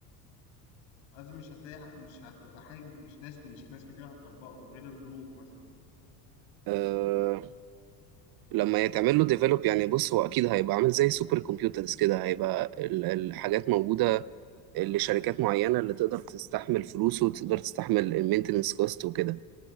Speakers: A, on the left; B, on the right.
A: لازم مش هتلاقي مش هتبقى حاجه مش ناس مش ناس كتير هتطبقه غير البنوك مثلا
B: أه لما يتعمل له ديفلوب يعني بص هو أكيد هيبقى عامل زي سوبر كمبيوترز كده هيبقى ال- الحاجات موجودة لشركات معينة اللي تقدر تستحمل فلوسه وتقدر تستحمل المينتنس كوست وكده